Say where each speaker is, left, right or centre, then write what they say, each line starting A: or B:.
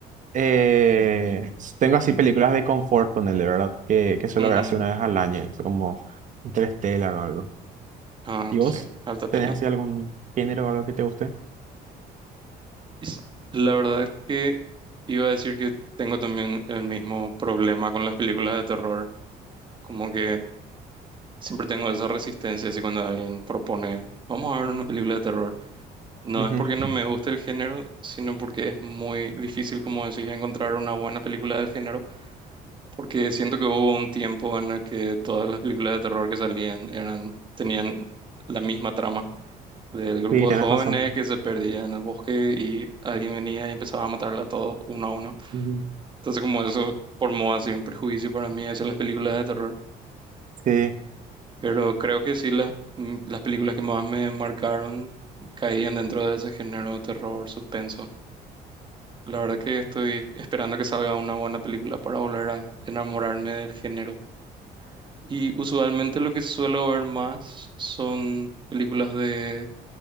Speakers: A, on the right; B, on the right.
A: eh, tengo así películas de confort, ponerle, ¿verdad? Que, que suelo
B: Ujú.
A: ver así una vez al año, eso como Interstellar o algo.
B: Ah,
A: ¿Y vos?
B: sí, alta peli.
A: ¿Tenés así algún género o algo que te guste?
B: Es- La verdad que iba a decir que tengo también el mismo problema con las películas de terror. Como que siempre tengo esa resistencia si cuando alguien propone, vamos a ver una película de terror. No
A: Ujú.
B: es porque no me guste el género, sino porque es muy difícil, como decís, encontrar una buena película del género Porque siento que hubo un tiempo en el que todas las películas de terror que salían eran, tenían la misma trama del grupo
A: Sí, tenés
B: de jóvenes
A: razón.
B: que se perdía en el bosque y alguien venía y empezaba a matarla a todos uno a uno.
A: Mm,
B: Entonces como eso formó así un prejuicio para mí hacia las películas de terror.
A: Sí.
B: Pero creo que sí las, mm, las películas que más me marcaron caían dentro de ese género de terror, suspenso. La verdad que estoy esperando que salga una buena película para volver a enamorarme del género. Y usualmente lo que suelo ver más son películas de